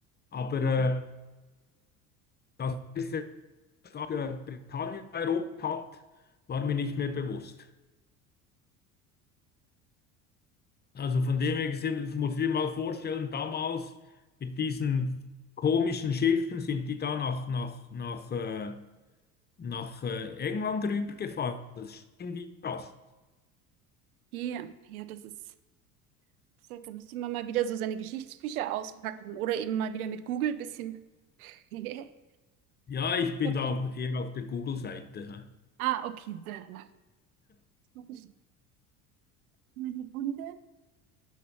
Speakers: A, on the left; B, on the right.
A: Aber äh,
B: Okay.
A: dass er selbst auch, äh, Britannien erobert hat, war mir nicht mehr bewusst. Also von dem her gesehen, du musst dir mal vorstellen, damals mit diesen komischen Schiffen sind die da nach, nach, nach, äh, nach äh, England rübergefahren. Das ist irgendwie krass.
B: Ja, das ist, wie gesagt, da müsste man mal wieder so seine Geschichtsbücher auspacken oder eben mal wieder mit Google ein bisschen <laughs>
A: Ja, ich bin
B: verbringen.
A: da eher auf der Google-Seite. hä?
B: Ah, okay, sehr gut. Jetzt muss ich Meine Hunde